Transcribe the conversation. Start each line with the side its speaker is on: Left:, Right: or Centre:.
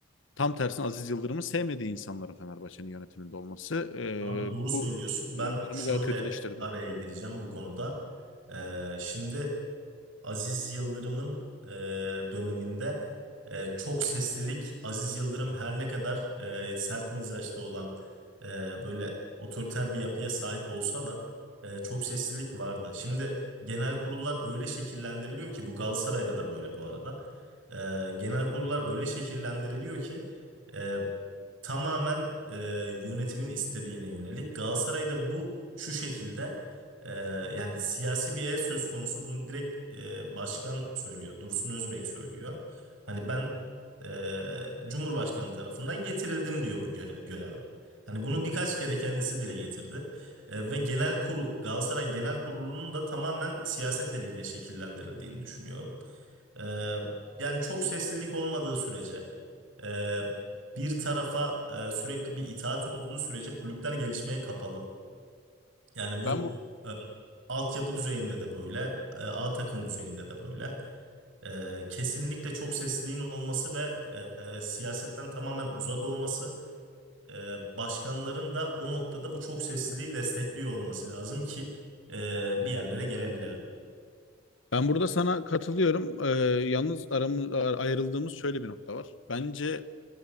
Left: tam tersine Aziz Yıldırım'ı sevmediği insanların Fenerbahçe'nin yönetiminde olması e,
Right: Abi doğru söylüyorsun.
Left: bu e,
Right: Ben
Left: durumu
Right: şöyle
Left: gayet kötüleştirdi.
Right: araya gireceğim bu konuda. Ee, şimdi. Aziz Yıldırım'ın e, döneminde e, çok seslilik Aziz Yıldırım her ne kadar e, sert mizaçta olan e, böyle otoriter bir yapıya sahip olsa da e, çok seslilik vardı. Şimdi genel kurullar öyle şekillendiriliyor ki bu Galatasaray'da da böyle bu arada. E, genel kurullar öyle şekillendiriliyor ki e, tamamen e, yönetimin istediğine yönelik. Galatasaray'da bu şu şekilde ee, yani siyasi bir el söz konusu bunu direkt e, başkan söylüyor. Dursun Özbek söylüyor. Hani ben e, Cumhurbaşkanı tarafından getirildim diyor bu göre- göreve. Hani bunu birkaç kere kendisi dile getirdi. E, ve genel kurul Galatasaray Genel Kurulu'nun da tamamen siyaset eliyle şekillendirildiğini düşünüyorum. E, yani çok seslilik olmadığı sürece e, bir tarafa e, sürekli bir itaat olduğu sürece kulüpler gelişmeye kapalı. Yani bu
Left: Ben bu
Right: e, Altyapı düzeyinde de böyle, e, A takım düzeyinde de böyle. E, kesinlikle çok sesliliğin olması ve e, e, siyasetten tamamen uzak olması, e, başkanların da o noktada bu çok sesliliği destekliyor olması lazım ki e, bir yerlere gelebilelim.
Left: Ben burada sana katılıyorum. Ee, yalnız aramız, ayrıldığımız şöyle bir nokta var. Bence